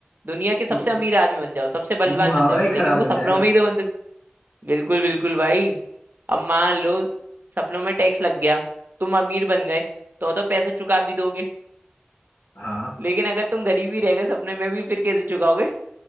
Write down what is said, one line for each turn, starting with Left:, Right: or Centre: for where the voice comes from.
Right: दुनिया के सबसे
Left: मु-
Right: अमीर आदमी बन जाओ सबसे बलवान
Left: मुहावरा
Right: बन जाओ
Left: ही
Right: लेकिन
Left: खराब
Right: वो
Left: बन
Right: सपनों
Left: जाएगा
Right: में ही तो बन बिल्कुल बिल्कुल भाई अब मान लो सपनों में टैक्स लग गया तुम अमीर बन गए तो तो पैसा चुका भी दोगे
Left: हाँ
Right: लेकिन अगर तुम गरीब ही रह गए सपने में भी फिर कैसे चुकाओगे